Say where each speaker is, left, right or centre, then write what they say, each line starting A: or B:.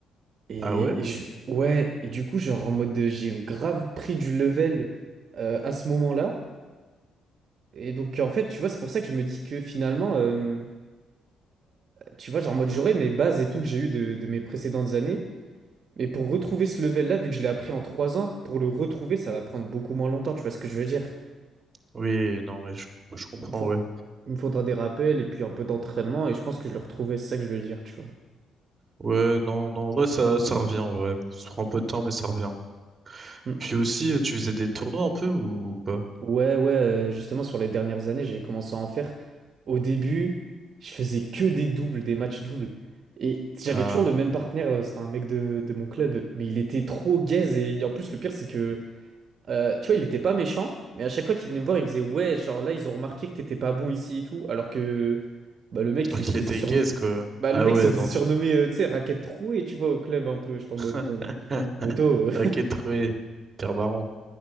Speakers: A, on the right; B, on the right.
A: Et,
B: Ah ouais?
A: et je- ouais, et du coup, genre, en mode, j'ai grave pris du level euh, à ce moment-là. Et donc, en fait, tu vois, c'est pour ça que je me dis que finalement, euh, tu vois, genre, en mode, j'aurais mes bases et tout que j'ai eu de, de mes précédentes années. Mais pour retrouver ce level-là, vu que je l'ai appris en 3 ans, pour le retrouver, ça va prendre beaucoup moins longtemps, tu vois ce que je veux dire?
B: Oui, non, mais je, com- je comprends,
A: Il me faut-
B: ouais.
A: il me faudra des rappels et puis un peu d'entraînement et je pense que je le retrouverai, c'est ça que je veux dire, tu vois.
B: Ouais, non, non, en vrai, ça, ça revient, en vrai, ça prend un peu de temps, mais ça revient.
A: Mm.
B: Puis aussi, euh, tu faisais des tournois un peu ou pas?
A: Ouais, ouais, euh, justement, sur les dernières années, j'ai commencé à en faire. Au début, je faisais que des doubles, des matchs doubles. Et j'avais
B: Ah,
A: toujours le même partenaire, euh, c'était un mec de, de mon club, mais il était trop gaze et en plus, le pire, c'est que Euh, tu vois, il était pas méchant, mais à chaque fois qu'il venait me voir, il me disait, ouais, genre là, ils ont remarqué que t'étais pas bon ici et tout, alors que bah, le mec,
B: alors
A: il
B: qu'il
A: se faisait
B: était
A: sur...
B: gaze, quoi.
A: Bah,
B: Ah
A: le mec
B: ouais,
A: se faisait
B: non.
A: surnommer, euh, tu sais, raquette trouée, tu vois, au club un peu. J'étais en mode,
B: <laughs>
A: bon, poteau. euh.
B: Ok, troué. Hyper marrant.